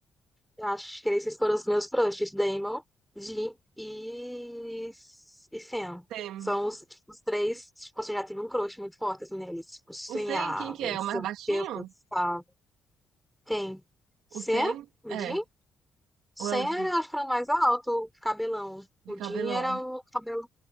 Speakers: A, in the centre; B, on the right (about 85°).
A: eu acho que esses foram os meus crushes. Damon, Jim e, e Sam.
B: Tem.
A: São os, tipo, os três. Tipo, assim, eu já tive um crush muito forte assim, neles. Tipo, sonhava,
B: O Sen, quem que é?
A: não
B: O
A: sei
B: mais
A: o
B: baixinho?
A: que, eu pensava. Quem? Sam?
B: O Sen?
A: O
B: É.
A: Jim? Sam
B: Ou é o de,
A: era, acho que era o mais alto, o cabelão.
B: de
A: O
B: cabelão?
A: Jim era o cabelo